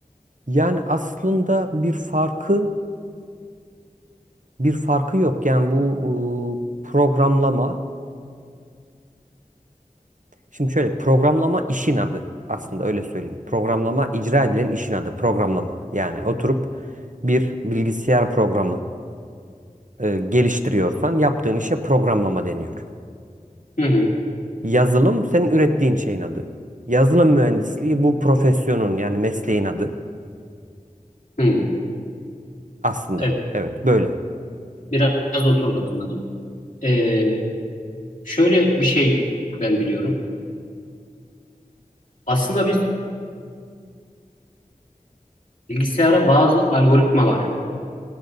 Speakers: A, on the right; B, on the left.
A: Yani aslında bir farkı bir farkı yok. Yani bu e, programlama şimdi şöyle programlama işin adı aslında öyle söyleyeyim. Programlama icra edilen işin adı programlama. Yani oturup bir bilgisayar programı e, geliştiriyorsan yaptığın işe programlama deniyor.
B: Hı hı,
A: Yazılım senin ürettiğin şeyin adı. Yazılım mühendisliği bu profesyonun yani mesleğin adı
B: hı.
A: aslında.
B: Evet,
A: Evet böyle.
B: biraz oturdu anladım. Ee, şöyle bir şey ben biliyorum. Aslında biz bilgisayara bazı algoritmalar